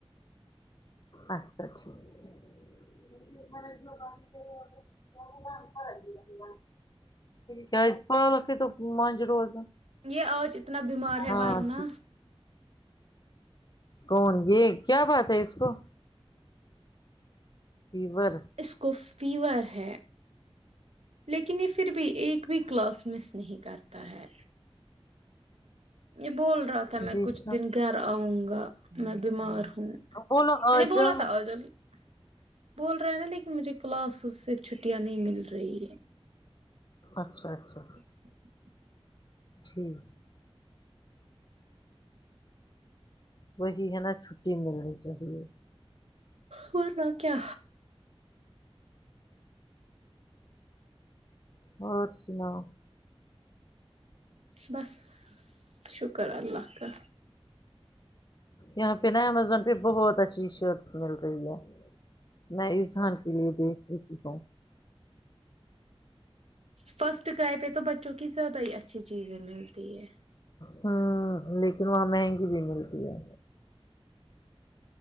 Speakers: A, on the left; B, on the right.
A: اچھا ٹھیک مے ب اا لگ گ تا کیا پ لک تو منج روز
B: یہ آج اتنا بیمار ہے
A: ہاں
B: ورنہ
A: ٹھیک کون یہ کیا بات ہے اس کو فور
B: اس کو فیور ہے لیکن یہ پھر بھی ایک بھی کلاس مس نہیں کرتا ہے یہ بول رہا تھا میں
A: دیکھنا
B: کچھ دن گھر آؤں گا میں بیمار ہ ہ
A: بولو آ
B: م بول
A: جاؤ
B: تھا ہ <unintelligible> <inaudible> بول رہے ہیں نا لیکن مجھے کلاسز سے چھٹیاں نہیں مل رہی ہے
A: اچھا اچھا
B: <inaudible> <unintelligible>
A: جٹھ <unintelligible> وہی ہے نا چھٹی ملنی چاہیے
B: ہو رہا کیا
A: اور سناؤ
B: بس شکر اللہ کا
A: یہاں پہ نا امزون پہ بہت اچھی شرٹس مل رہی ہے میں اذہان کے لیے دیکھ لیتی ہوں
B: فرسٹ کرائے پہ تو بچوں کی زیادہ ہی اچھی چیزیں ملتی ہے
A: ہوں لیکن وہاں مہنگی بھی ملتی ہے